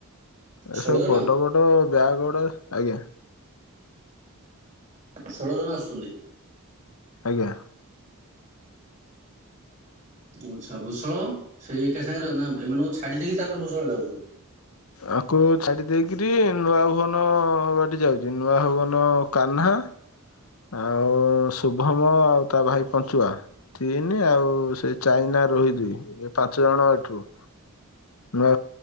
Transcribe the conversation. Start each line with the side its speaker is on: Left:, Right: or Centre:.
Right: ଷୋହଳ
Left: ଏସବୁ
Right: ଜଣ
Left: ବଡ ବଡ ବ୍ୟାଗ ଗୁଡା ଆଜ୍ଞା
Right: ଷୋଳ ଜଣ ଆସୁଛନ୍ତି।
Left: ଆଜ୍ଞା।
Right: ଆଛା ଭୂଷଳ ସେଇ ଏକା ସାଙ୍ଗରେ ନା ଏମାନଙ୍କୁ ଛାଡି ଦେଇକି ତାପରେ ଭୂଷଳ ଯାଉଛୁ।
Left: ଆକୁ ଛାଡ଼ି ଦେଇକିରି ନୂଆ ଭୁବନ ବାଟି ଯାଉଛି ନୂଆ ଭୁବନ କାହ୍ନା ଆଉ ଶୁଭମ ଆଉ ତା ଭାଇ ପଞ୍ଚୁଆ ତିନି ଆଉ ସେ ଚାଇନା ରୋହି ଦୁଇ ଏ ପାଞ୍ଚ ଜଣ ଏଠୁ ନୂଆ